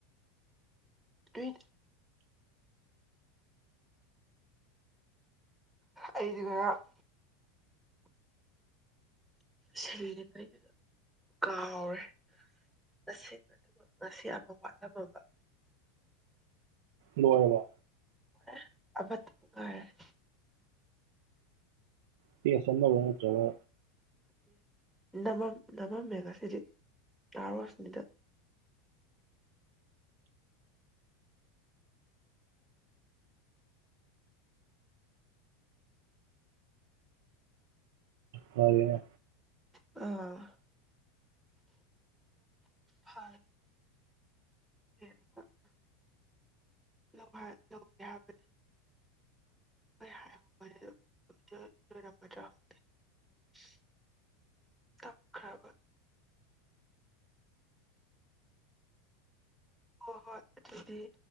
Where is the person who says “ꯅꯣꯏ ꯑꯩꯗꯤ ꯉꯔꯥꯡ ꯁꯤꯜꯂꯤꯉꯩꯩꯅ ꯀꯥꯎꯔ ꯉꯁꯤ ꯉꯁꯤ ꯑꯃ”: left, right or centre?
Centre